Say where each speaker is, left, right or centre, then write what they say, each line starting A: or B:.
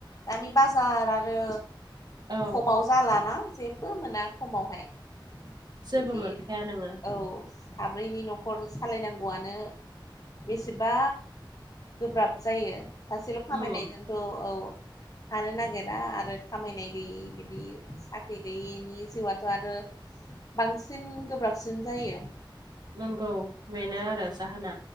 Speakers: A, on the left (about 40°); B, on the right (about 50°).
A: दानि बाजार आरो
B: औ
A: खमाव जालाना जेबो मोना खमावहाय बिदि
B: जेबो मोनखाया नोङो
A: औ साब्रैनि न'खर सालायनांगौआनो बेसेबा गोब्राब जायो सासेल' खामायनायजोंथ'
B: उम
A: औ थानो नागिरा आरो खामायनाय गैयि बिदि साख्रि गैयिनि जिउआथ' आरो बांसिन गोब्राबसिन जायो
B: नांगौ बेनो आरो जाहोना